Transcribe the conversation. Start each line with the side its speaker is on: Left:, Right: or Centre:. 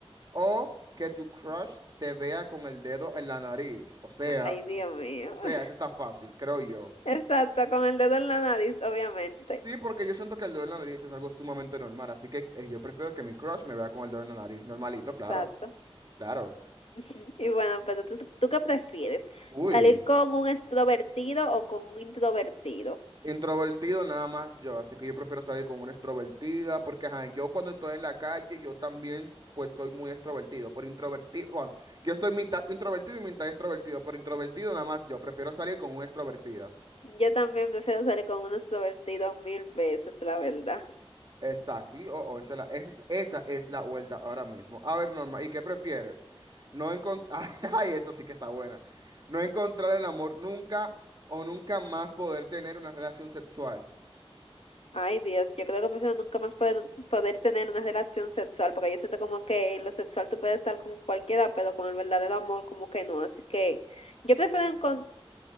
Right: o que tu crush te vea con el dedo en la nariz. O sea,
Left: Ay, Dios mío.
Right: o sea,
Left: <laughs>
Right: eso está fácil, creo yo.
Left: Exacto, con el dedo en la nariz, obviamente.
Right: Sí, porque yo siento que el dedo en la nariz es algo sumamente normal, así que eh, yo prefiero que mi crush me vea con el dedo en la nariz, normalito,
Left: Exacto.
Right: claro, claro.
Left: <laughs> Ujú. Y bueno, pero ¿tú, tú qué prefieres?
Right: Uy.
Left: ¿Salir con un extrovertido o con un introvertido?
Right: Introvertido nada más yo, así que yo prefiero salir con una extrovertida, porque ajá, yo cuando estoy en la calle, yo también pues soy muy extrovertido, por introvertido, bueno, yo soy mitad introvertido y mitad extrovertido, por introvertido nada más yo, prefiero salir con una extrovertida.
Left: Yo también prefiero salir con un extrovertido mil veces, la verdad.
Right: Exactly, oh, oh, esa es la, esa es, esa es la vuelta ahora mismo. A ver, Norma, ¿y qué prefieres? No encontrar, <laughs> ay, eso sí que está buena. No encontrar el amor nunca o nunca más poder tener una relación sexual.
Left: Ay, Dios, yo creo que prefiero nunca más poder, poder tener una relación sexual, porque yo siento como que en lo sexual tú puedes estar con cualquiera, pero con el verdadero amor como que no. Así que yo prefiero encon-